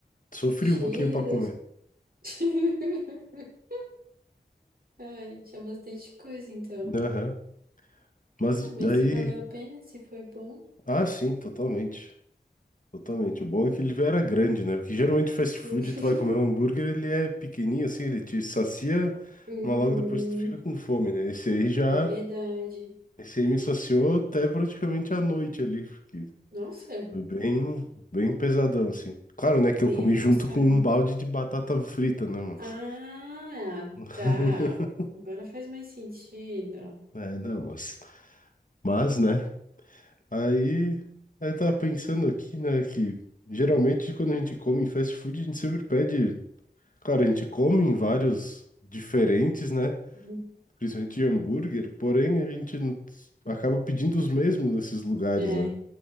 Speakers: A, on the left; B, on the right.
A: Sofri
B: Cheia
A: um pouquinho para
B: das...
A: comer.
B: <laughs> Ai, tinha bastante coisa, então.
A: Aham. Mas
B: Ah, mas
A: daí,
B: se valeu a pena, se foi bom.
A: ah, sim, totalmente. Totalmente. O bom é que ele era grande, né? Porque geralmente fast food,
B: <laughs>
A: tu vai comer um hambúrguer, ele é pequenininho assim, ele te sacia,
B: Uhum,
A: mas logo depois tu fica com fome, né? Esse aí já
B: é verdade.
A: Esse aí me saciou até praticamente à noite ali, porque
B: Nossa,
A: foi bem, bem pesadão, assim. Claro, né, que
B: bem
A: eu comi
B: reforçado.
A: junto com um balde de batata frita, né, moço?
B: Ah,
A: <laughs>
B: tá. Agora faz mais sentido.
A: É, não, mas, mas, né, aí, aí eu tava pensando aqui, né, que geralmente quando a gente come em fast food, a gente sempre pede, claro, a gente come em vários diferentes, né,
B: Uhum.
A: principalmente de hambúrguer, porém a gente não- acaba pedindo os mesmos nesses lugares,
B: É,
A: né,